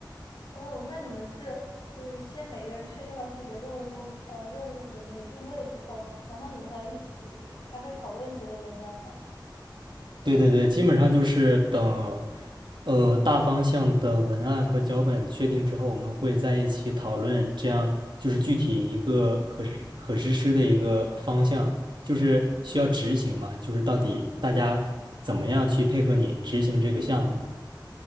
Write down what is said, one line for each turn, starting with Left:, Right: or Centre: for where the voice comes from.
Left: 哦，那你们是就是先每个人确定了自己的任务工呃任务的那个定位之后，然后你们还要一起开会讨论之类的那样吗？
Right: 对对对，基本上就是等，呃，大方向的文案和脚本确定之后，我们会在一起讨论，这样就是具体一个可实可实施的一个方向，
Left: 嗯
Right: 就是需要执行嘛，就是到底大家怎么样去配合你执行这个项目，
Left: 嗯，